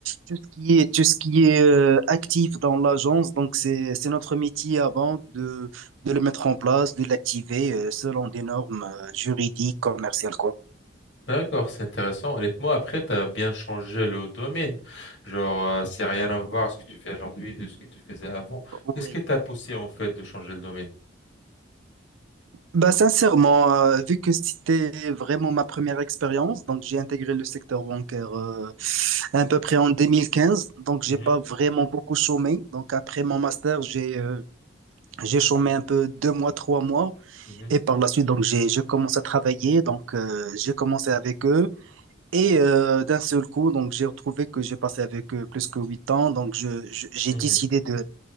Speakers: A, on the right; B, on the left.
A: tout ce qui est tout ce qui est euh, actif dans l'agence donc c'est c'est notre métier avant de de le mettre en place, de l'activer euh, selon des normes euh, juridiques, commerciales quoi.
B: D'accord, c'est intéressant. Honnêtement, après, t'as bien changé le domaine. Genre, euh, c'est rien à voir ce que tu fais aujourd'hui de ce que tu faisais avant.
A: Oui.
B: Qu'est-ce qui t'a poussé en fait de changer le domaine?
A: Bah, sincèrement, euh, vu que c'était vraiment ma première expérience, donc j'ai intégré le secteur bancaire euh, à peu près en 2015, donc j'ai
B: Mhm.
A: pas vraiment beaucoup chômé. Donc après mon master, j'ai euh, j'ai chômé un peu deux mois, trois mois,
B: Mhm.
A: et par la suite, donc j'ai je commence à travailler. Donc euh, j'ai commencé avec eux et euh, d'un seul coup, donc j'ai retrouvé que j'ai passé avec eux plus que huit ans. Donc je je- j'ai
B: Mhm.
A: décidé de